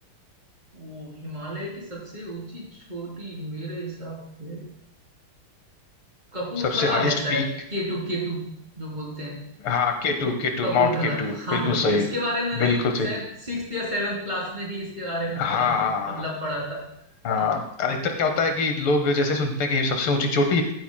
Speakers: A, on the right; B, on the left.
A: वो हिमालय की सबसे ऊंची चोटी मेरे हिसाब से कपूरथला
B: सबसे हाईएस्ट
A: है शायद
B: पीक
A: केटू केटू जो बोलते हैं
B: हाँ के टू के टू
A: कपूरथला
B: माउंट के टू
A: हाँ
B: बिल्कुल सही
A: इसके
B: बताइए
A: बारे में मैंने
B: बिल्कुल सही
A: शायद सिक्स या सेवेंथ क्लास में ही इसके बारे में थोड़ा
B: हाँ
A: बहुत
B: हाँ
A: मतलब पढ़ा था
B: हाँ
A: हाँ
B: हाँ।
A: केटू
B: अधिकतर क्या होता है कि लोग जैसे सुनते हैं कि सबसे ऊंची चोटी